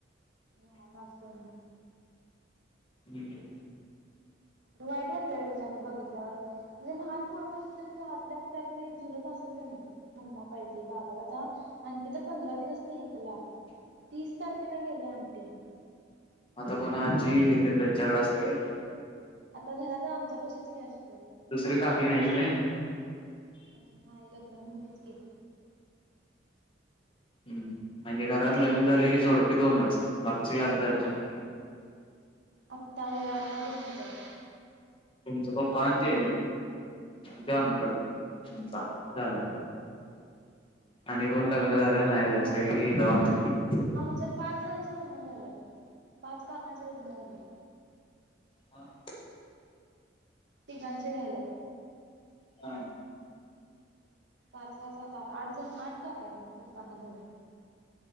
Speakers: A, on the right (about 70°); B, on the left (about 30°).
A: लहान आसून
B: हम्म
A: वाईट वाटतय र तेच्याकड बघितल्यावर म्हणजे लहानपोरग असलं तरी तो आतल्याआत कायतरी झुरत असेल कणी मम्मा पाहिजे बाबा आता आंटी तर पंधरा दिवस नाहीये तेला तीस तारखेला गेल्या अंटी
B: आता कोण आजी तेन त्यांच्याकडे असते व्हय
A: आता घरात तर आमच्या पशीच कॅस
B: दुसरी काकी नाहीच नय
A: अजून नाही लग्न मम्मीच की
B: हम्म म्हणजे घरात लग्न झालेली जोडपी दोनच बाकी सगळी आजा आजी
A: आत्ता होय आत्ता दोन हायत
B: तुमच पप्पा आण ते ते अंकल पा झालं आणि कोण लग्न झाल्याल नाही नाही सगळी गावात
A: आमच्यात पाच जणांची लग्न झाल्यात पाच काकांची लग्न झाल्यात
B: मग
A: तिघांची राहिल्यात.
B: हा
A: पाच सहा सात आठ आठ जण आठ काका आहेत मला पप्पांना धरून.